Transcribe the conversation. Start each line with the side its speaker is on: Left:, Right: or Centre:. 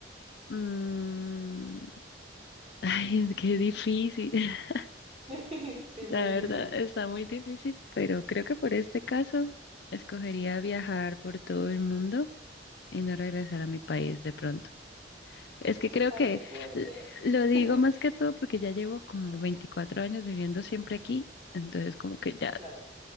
Left: mm, Ay, qué difícil. <laughs>
Right: <laughs> Sí, muy
Left: La
Right: difícil.
Left: verdad está muy difícil, pero creo que por este caso escogería viajar por todo el mundo y no regresar a mi país de pronto. Es que creo
Right: Ay,
Left: que
Right: qué fuerte.
Left: l- lo digo
Right: <laughs>
Left: más que todo porque ya llevo como 24 años viviendo siempre aquí, entonces como que ya,
Right: Claro,